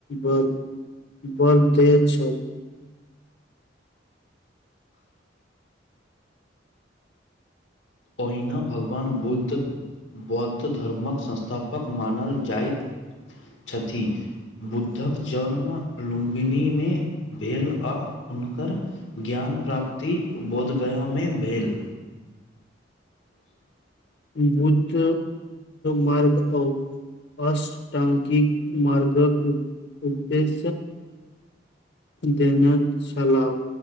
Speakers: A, on the left; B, on the left.
A: बल बलदय छल <unintelligible>
B: ओहिना भगवान बुद्ध बौद्ध धर्मक संस्थापक पक मानल जाइत छथि बुद्धक जन्म लुम्बनीमे भेल आ हुनकर ज्ञान प्राप्ति बोधगयामे भेल <inaudible>
A: बुद्ध मार्ग अ अष्टांगिक मार्गक उदेशय देना चलाउ